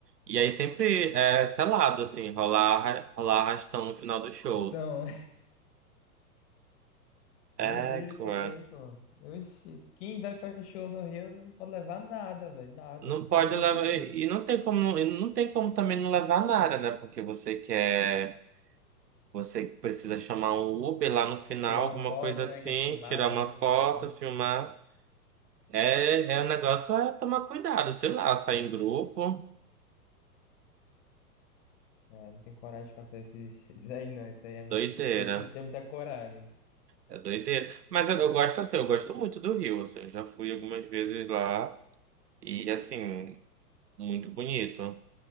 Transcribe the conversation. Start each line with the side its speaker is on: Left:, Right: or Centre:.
Right: e aí sempre é selado, assim, rolar, arra- rolar arrastão no final do show.
Left: então,
Right: É,
Left: doideira
Right: cara.
Left: isso aí, pô. Oxi, quem vai pra show no Rio não pode levar nada, velho, nada,
Right: Não
Left: que
Right: pode
Left: vai perder
Right: levar,
Left: tudo.
Right: e não tem como, e não tem como também não levar nada, né? Porque você quer, você precisa chamar um Uber lá no final,
Left: Tirar
Right: alguma
Left: uma foto,
Right: coisa assim,
Left: né? Quer filmar,
Right: tirar uma
Left: né?
Right: foto,
Left: Essas pá.
Right: filmar. É, é um negócio é tomar cuidado, sei lá, sair em grupo,
Left: É, não tem coragem pra fazer esses, <laughs> esses aí, não. Isso aí é muito.
Right: doideira.
Left: Tem que ter muita coragem.
Right: É doideira. Mas eu, eu gosto assim, eu gosto muito do Rio, assim, eu já fui algumas vezes lá e assim, muito bonito.